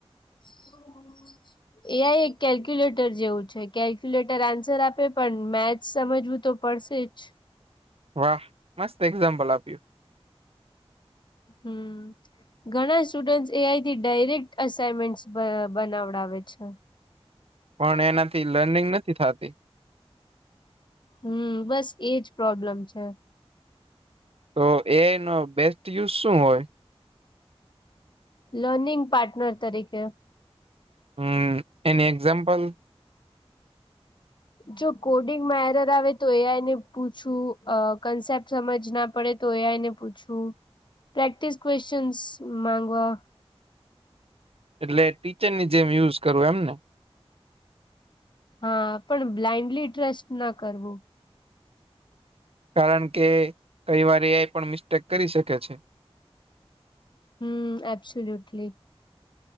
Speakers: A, on the left; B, on the right.
A: <inaudible>
B: <inaudible>
A: એ આઈ એક કેલ્ક્યુલેટર જેવું છે કેલ્ક્યુલેટર આન્સર આપે પણ મેથ સમજવું તો. પડશે જ.
B: વાહ મસ્ત એક્ઝામ્પલ આપ્યું.
A: હમ. ઘણા સ્ટુડન્ટ એઆઈથી ડાયરેક્ટ અસાઈનમેન્ટ બનાવડાવે છે.
B: પણ એનાથી લર્નિંગ નથી થાતી.
A: હમ બસ એજ પ્રોબ્લેમ છે.
B: તો એઆઈનો બેસ્ટ યુઝ શું હોય.
A: લર્નિંગ પાર્ટનર તરીકે.
B: હમ એની એક્ઝામ્પલ.
A: જો કોડિંગમાં એરર આવે તો એ આઈ ને પૂછું કન્સેપ્ટ. સમજ ના પડે તો એ આઈ પૂછવું પ્રેક્ટિસ ક્વેશચન્સ માંગવા.
B: એટલે ટીચરની જેમ યુઝ કરવું એમ ને.
A: હા પણ બ્લાઈન્ડલી ટ્રસ્ટ ના કરવું.
B: કારણ કે કઈ વાર એ આઈ પણ મિસ્ટેક કરી શકે છે.
A: હમ એબ્સોલ્યુટલી.